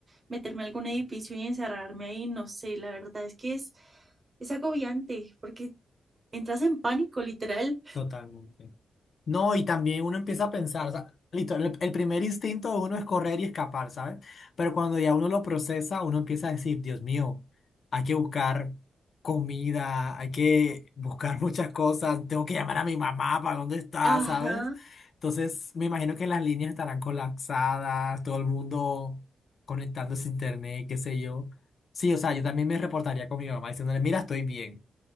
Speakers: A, on the right; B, on the left.
A: meterme a algún edificio y encerrarme ahí, no sé, la verdad es que es, es agobiante porque entras en pánico, literal.
B: Totalmente. No, y también uno empieza a pensar, o sea, listo, el, el primer instinto de uno es correr y escapar, ¿sabes? Pero cuando ya uno lo procesa, uno empieza a decir, Dios mío, hay que buscar comida, hay que buscar <laughs> muchas cosas, tengo que llamar a mi mamá para dónde está,
A: Ajá.
B: ¿sabes? Entonces, me imagino que las líneas estarán colapsadas, todo el mundo conectándose a internet, qué sé yo. Sí, o sea, yo también me reportaría con mi mamá diciéndole, mira, estoy bien.